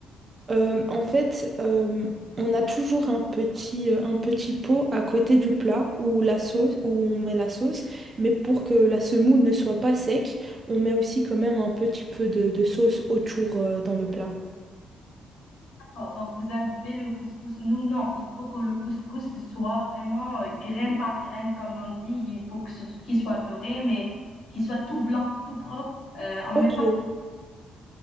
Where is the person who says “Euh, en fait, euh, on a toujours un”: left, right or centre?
Right